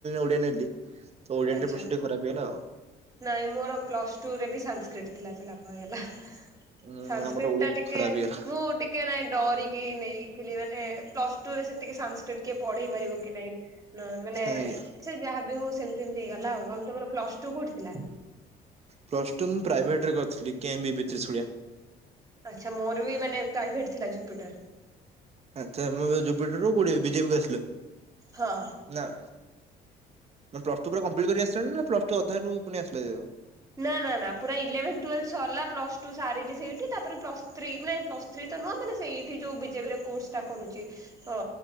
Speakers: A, on the right; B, on the right.
A: ଓଡିଆ ନେଇ। ତ
B: ଆଚ୍ଛା
A: ପ୍ରଶ୍ନ ଖରାପ ହେଇଗଲା।
B: ନାଇଁ! ମୋର ପ୍ଲସ ଟୁ ରେ ବି ସଂସ୍କ୍ରିଟ ଥିଲା ତ ଲାଭ ହେଇଗଲା।
A: ହୁଁ
B: ସଂସ୍କ୍ରିଟ
A: ଆମର ଓଡିଆ
B: ଟା ଟିକେ,
A: ଖରାପ ହେଇଗଲା
B: ମୁଁ ଟିକେ ନାଇଁ ଡରିକି ନେଇଥିଲି, ମାନେ। ପ୍ଲସ ଟୁରେ ସେତିକି ସଂସ୍। ଟିକେ ପଢେଇ ପାରିବ କି ନାଇଁ, ନ ମାନେ
A: ଆଜ୍ଞା
B: ସେ ଯାହା ବି ହଉ, ସେମିତି ଏମିତି ହେଇଗଲା, ଆଉ ଆମ ତାନେ ପ୍ଲସ ଟୁ କୋଉଠି। ଥିଲା?
A: ପ୍ଲସ ଟୁ ମୁଁ ପ୍ରାଇଭେଟରେ କରିଥିଲି, କେମ୍ବିବିତ୍ରିଶୂଳିଆ।
B: ଆଚ୍ଛା ମୋର ବି ମାନେ ପ୍ରାଇଭେଟ ଥିଲା ଜୁପିଟର।
A: ଆ ତ ଆମ ଜୁପିଟରରୁୁ କୋଉଠି ବିଜେପିକୁ ଆସିଲୁ?
B: ହଁ।
A: ନା। ତମେ ପ୍ଲସ୍ ଟୁ ପୁରା କମ୍ପ୍ଲିଟ୍ କରି ଆସିଛ ନା, ପ୍ଲସ୍ ଟୁ ଅଧାରୁୁ ପୁଣି ଆସିଲହେରି ପା
B: ନା-ନା-ନା ପୁରା ଇଲେଭେନ୍ ଟୁଏଲଭ୍ ସରିଲା ପ୍ଲସ୍ ଟୁ ସାରିଲି ସେଇଠି ତାପରେ ପ୍ଲସ୍ ଥ୍ରୀ ମାନେ ପ୍ଲସ୍ ଥ୍ରୀ ତ ନୁହଁ ମାନେ ସେଇଠି ଯୋଉ ବିଜେପିରେ କୋର୍ସଟା କରୁଛି ତ